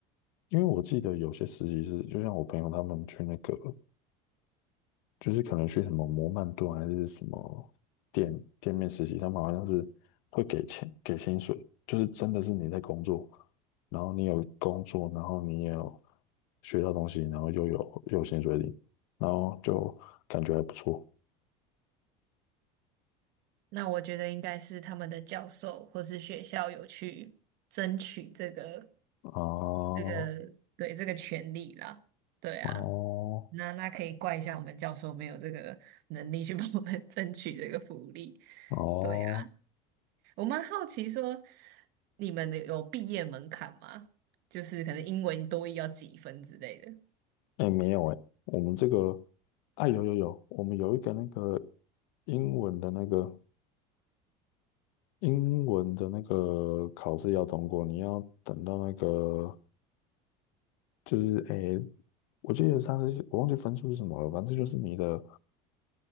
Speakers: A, on the left; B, on the right.
A: 因为我记得有些实习是，就像我朋友他们去那个就是可能去什么摩曼顿还是什么店店面实习，他们好像是会给钱给薪水，就是真的是你在工作，然后你有工作，然后你也有学到东西，然后又有又有薪水领，然后就感觉还不错
B: 那我觉得应该是他们的教授或是学校有去争取这个
A: 哦
B: 这个对这个权利啦，对啊，
A: 哦
B: 那那可以怪一下我们教授没有这个能力去 <laughs> 帮我们 <laughs> 争取这个福利，
A: 哦，
B: 对啊，我蛮好奇说你们的有毕业门槛吗？就是可能英文多益要几分之类的，
A: 哎、没有哎、我们这个啊有有有，我们有一个那个英文的那个英文的那个考试要通过，你要等到那个就是诶，我记得上次我忘记分数是什么了，反正就是你的